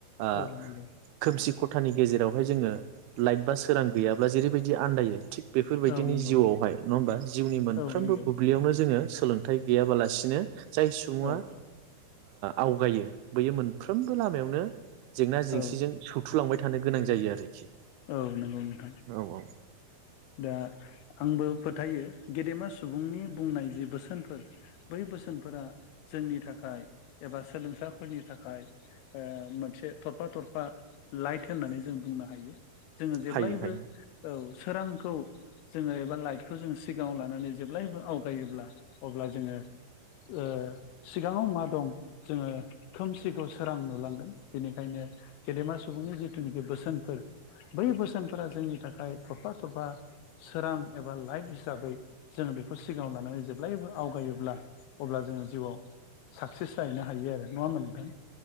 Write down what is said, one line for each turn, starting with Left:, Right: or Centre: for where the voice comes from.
Right: ओ
Left: औ नंगौ
Right: खोमसि खथानि गेजेरावहाय जोङो लाइट बा सोरां गैयाब्ला जेरैबायदि आनन्दायो थिग बेफोरबायदिनि
Left: औ नंगौ
Right: जिउआवहाय नङा होमबा जिउनि मोनफ्रोमबो
Left: औ नंगौ
Right: बुब्लियावनो जोङो। सोलोंथाइ गैयाबालासिनो जाय सुबुङा
Left: औ
Right: आवगायो। बैयो मोनफ्रोमबो लामायावनो जेंना जेंसिजों
Left: औ
Right: सौथुलांबाय थायो। गोनां जायो आरोखि।
Left: औ नंगौ नोंथां
Right: औ औ
Left: दा आंबो फोथायो गेदेमा सुबुंनि बुंनाय जि बोसोनफोर बै बोसोनफोरा जोंनि थाखाय एबा सोलोंसाफोरनि थाखाय ओ मोनसे थरफा थरफा लाइट होननानै जों बुंनो हायो। जोङो जेब्लायबो
Right: हायो हायो
Left: औ। सोरांखौ जोङो एबा लाइटखौ जों सिगाङाव लानानै जेब्लायबो आवगायोब्ला अब्ला जोङो ओ सिगाङाव मा दं जोङो खोमसिखौ सोरां नुलांगोन बेनिखायनो गेदेमा सुबुंनि जिथुनाखि बोसोनफोर बै बोसोनफोरा जोंनि थाखाय थरफा थरफा सोरां एबा लाइफ हिसाबै जोङो बेखौ सिगाङाव लानानै जेब्लायबो आवगायोब्ला अब्ला जोङो जिउआव साक्सेस जाहैनो हायो आरो नङा मोनगोन।